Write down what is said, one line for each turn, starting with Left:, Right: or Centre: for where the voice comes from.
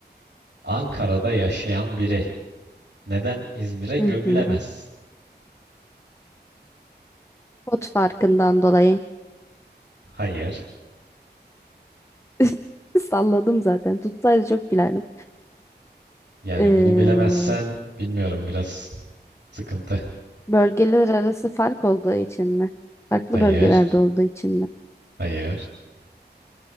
Right: Ankara'da yaşayan biri neden İzmir'e gömülemez?
Left: Hı hı. Pot farkından dolayı.
Right: Hayır.
Left: <laughs> Salladım zaten. Tutsaydı çok gülerdim.
Right: Yani
Left: Ee,
Right: bunu bilemezsen bilmiyorum biraz sıkıntı.
Left: bölgeler arası fark olduğu için mi? Farklı
Right: Hayır.
Left: bölgelerde olduğu için mi?
Right: Hayır.